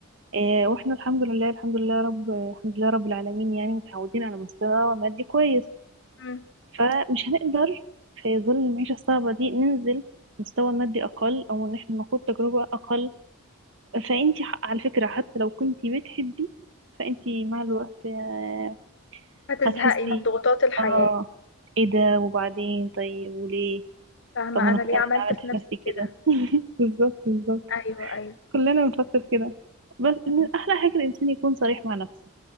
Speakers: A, on the right (about 55°); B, on the left (about 55°).
A: آه، واحنا الحمد لله الحمد لله يا رب الحمد لله رب العالمين يعني متعودين على مستوى مادي كويس
B: مم.
A: فمش هنقدر في ظل المعيشة الصعبة دي ننزل مستوى مادي أقل أو إن احنا نخوض تجربة أقل فأنتي ح- على فكرة حتى لو كنتي بتحبي فأنتي مع الوقت آه،
B: هتزهقي
A: هتحسي
B: من ضغوطات الحياة
A: آه إيه ده وبعدين طيب وليه
B: فاهمة
A: طب ما أنا
B: أنا ليه
A: أنا
B: عملت
A: اللي عملت
B: في نفسي
A: في نفسي
B: كده
A: كده <laughs> بالظبط بالظبط
B: ايوه ايوه
A: كلنا بنفكر كده بس إن
B: مم.
A: أحلى حاجة الإنسان يكون صريح مع نفسه